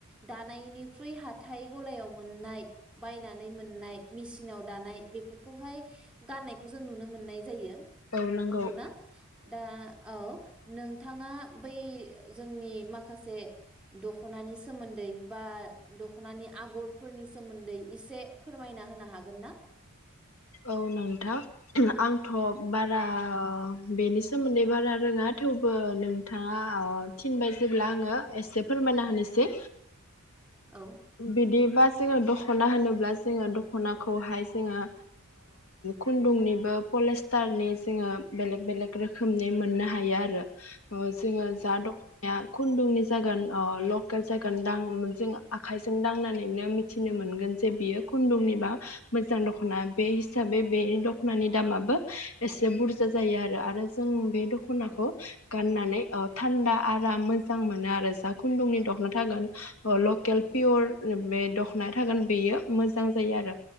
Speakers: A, in the centre; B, on the left.
A: दानायनिख्रुइ हाथाय गलायाव मोननाय बायनानै मोननाय मेसिनाव दानाय बेफोरखौहाय गाननायखौ जों नुनो मोननाय जायो।
B: औ नंगौ
A: नंगौना? दा औ नोंथाङा बै जोंनि माखासे दख'नानि सोमोन्दै बा दख'नानि आगरफोरनि सोमोन्दै इसे फोरमायना होनो हागोन ना?
B: औ नोंथां आंथ' बारा बेनि सोमोन्दै बारा रोङा थेवबो नोंथाङा थिनबाय जेब्ला आङो एसे फोरमायना होनोसै।
A: औ
B: बिदि बा जोङो दख'ना होनोब्ला जोङो दख'नाखौहाय जोङो खुन्दुंनिबो पलिस्टारनि जोङो बेलेग बेलेग रोखोमनि मोननो हायो आरो। जोङो जा
A: औ
B: दख'नाया खुन्दुंनि जागोन अ‌ लकेल जागोन दां जों आखायजों दांनानैनो मिथिनो मोनगोन जे बियो खुन्दुंनिबा मोजां दख'ना। बे हिसाबै बे दख'नानि दामाबो एसे बुरजा जायो आरो। आरो जों बे दखनाखौ
A: औ
B: गाननानै थान्दा आराम मोजां मोनो आरो जा खुन्दुंनि दख'ना थागोन लकेल पियर बे दख'ना थागोन बेयो मोजां जायो आरो।